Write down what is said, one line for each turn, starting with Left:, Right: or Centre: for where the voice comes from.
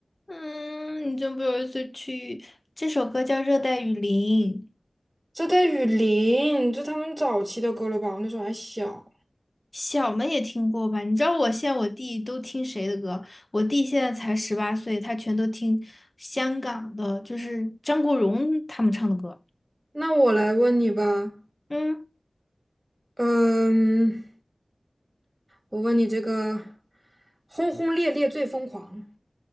Left: 嗯，你真不由自己去。这首歌叫《热带雨林》，
Right: 这带雨林，这他们早期的歌了吧？我那时候还小。
Left: 小们也听过吧？你知道我现在我弟都听谁的歌？我弟现在才十八岁，他全都听香港的，就是张国荣他们唱的歌。
Right: 那我来问你吧，
Left: 嗯
Right: 嗯，我问你这个“轰轰烈烈最疯狂”